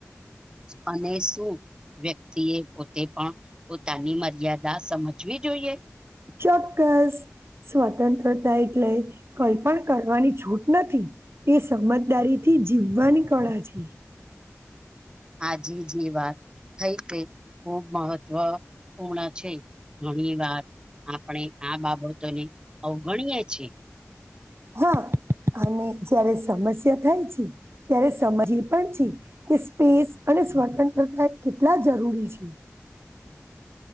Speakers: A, on the right; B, on the right.
A: અને શું. વ્યક્તિ એ પોતે પણ પોતાની મર્યાદા સમજવી જોઈએ.
B: ચોક્કસ સ્વતંત્રતા એટલે કઈ પણ કરવાની છૂટ નથી. તે સમજદારી થી જીવવાની કળા છે.
A: આજે જે વાત થઈ તે ખૂબ મહત્વપૂર્ણ છે. ઘણી વાર આપણે આ બાબતોને અવગણીએે છીએ.
B: હા અને જયારે સમસ્યા થાય છે. ત્યારે સમજ એ પણ છે કે સ્પેસ અને સ્વતંત્રતા કેટલા જરૂરી છે.